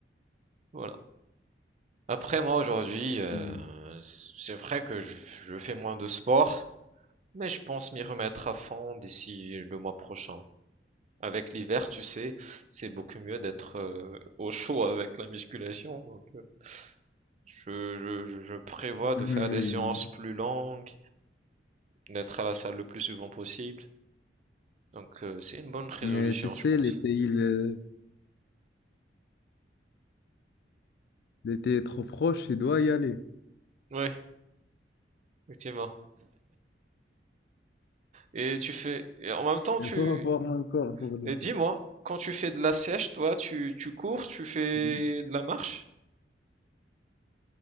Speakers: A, on the right; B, on the left.
A: Voilà. Après, moi, aujourd'hui, euh,
B: Oui,
A: c'est vrai que je, je fais moins de sport, mais je pense m'y remettre à fond d'ici le mois prochain. Avec l'hiver, tu sais, c'est beaucoup mieux d'être euh, au chaud avec la musculation. Donc, euh, je, je, je je prévois
B: <laughs>
A: de
B: Mhm,
A: faire des
B: Oui,
A: séances
B: oui.
A: plus longues, d'être à la salle le plus souvent possible. Donc, euh, c'est une bonne résolution,
B: Mais tu sais,
A: je pense.
B: l'été, il, euh, l'été est trop proche, tu dois y aller.
A: Oui, effectivement. Et tu fais, et en
B: <laughs>
A: même temps,
B: Il
A: tu,
B: faut avoir un corps pour l'été.
A: et dis-moi, quand tu fais de la sèche, toi, tu, tu cours, tu fais
B: oui.
A: de la marche?